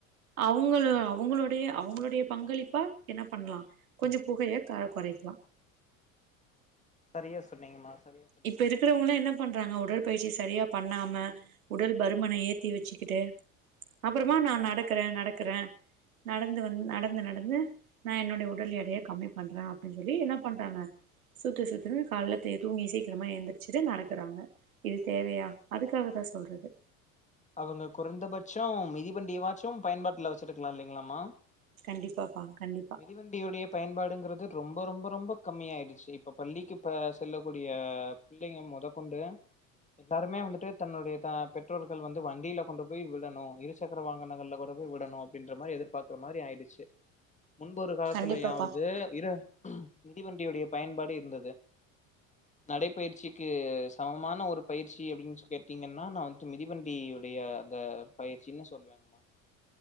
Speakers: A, on the right (about 80°); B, on the left (about 15°).
A: அவுங்கள் அவுங்ளுடைய அவுங்ளுடைய பங்களிப்பா என்ன பண்ணலா கொஞ்ச புகைய க கொறைக்லா
B: சரியா சொன்னீங்கம்மா சரியா சொன்னீங்கம்மா
A: இப்ப இருக்றவங்கலா என்ன பண்றாங்க உடல் பயிற்சி சரியா பண்ணாம உடல் பறுமன ஏத்தி வச்சுக்கிட்டு அப்றமா நா நடக்றே நடக்றே நடந்து வந்து நடந்து நடந்து நா என்னொடைய உடல் எடைய கம்மி பண்றே அப்டின் சொல்லி என்ன பண்றாங்க சுத்து சுத்து காள்ளத்த எதும் ஈசிக் சீக்கிரமா எந்திரிச்சிடு நடக்குறாங்க இது தேவையா அதுக்காக தா சொல்றது
B: அவங்க குறைந்தபட்சோ மிதி பண்டியவாச்சூ பயன்பாட்ல வச்சிருக்லா இல்லைங்ளாமா
A: கண்டிப்பாப்பா கண்டிப்பா
B: மிதிவந்தியுடைய பயன்பாடுங்கிறது ரொம்ப ரொம்ப ரொம்ப கம்மியாயிடுச்சு இப்ப பள்ளிக்கு ப செல்லக்கூடிய பிள்ளைங்க மொதகொண்டு எல்லாருமே வந்திட்டு தன்னுடைய தா பெற்றோர் கள் வந்து வண்டீல கொண்டு போய் விடணு இருசக்கர வாகனங்கள்ல கொண்டு போய் விடணு அப்டின்ற மாதிரி எதிர்பார்க்ற மாரி ஆய்டுச்சு முன்பொரு காலத்துல்லயாவது
A: கண்டிப்பாப்பா
B: இரு மிதிவண்டியுடைய பயன்பாடு இருந்தது நடைப்பயிற்சிக்கு சமமான ஒரு பயிற்சி அப்டின்ஸ் கேட்டீங்கன்னா நா வந்து மிதி வண்டியுடைய அந்த பயிற்சின்னு சொல்லுவங்ம்மா